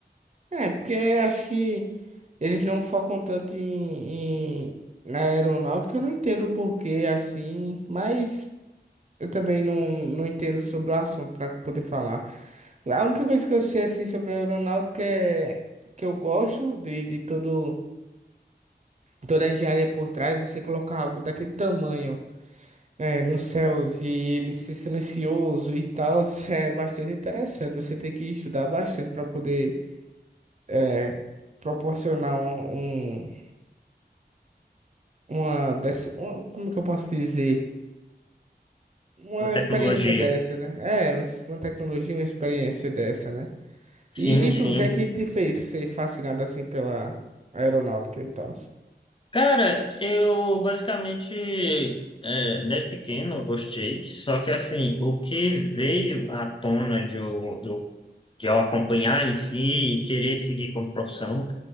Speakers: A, on the right; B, on the left.
A: É, porque acho que. Eles não focam tanto em, em- na aeronáutica, eu não entendo o porquê assim, mas eu também não, não entendo sobre o assunto para poder falar. A única coisa que eu sei assim sobre a aeronáutica é que eu gosto de, de todo, toda a engenharia por trás, você colocar algo daquele tamanho é, nos céus e ele ser silencioso e tal, <laughs> é bastante interessante. Você tem que estudar bastante para poder é, proporcionar um, um uma dessa, uma- como é que eu posso dizer? Uma
B: A tecnologia.
A: experiência dessa, né? É, uma es- uma tecnologia, uma experiência dessa, né?
B: Sim,
A: E, e
B: sim.
A: tu, o que é que te fez ser fascinado assim pela aeronáutica e tal?
B: Cara, eu basicamente, é, desde pequeno, eu gostei, só que assim, o que veio à tona de eu, de eu, de eu acompanhar em si e querer seguir como profissão